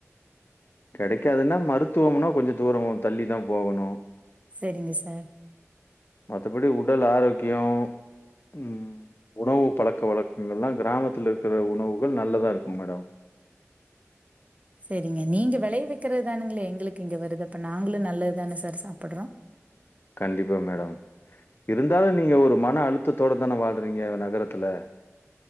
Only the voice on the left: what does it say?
கெடைக்காதுன்னா மருத்துவம்னா கொஞ்ச தூரோ தள்ளி தா போகணும்
மத்தபடி உடல் ஆரோக்யோ ம் உணவு பழக் க்க வழக்கங்கல்லாம் கிராமத்துல ருக்கிற உணவுகள் நல்லதாருக்கும் மேடம்.
கண்டிப்பா மேடம் இருந்தாலும் நீங்க ஒரு மன அழுத்தத்தோட தான வாழ்றீங்க நகரத்துல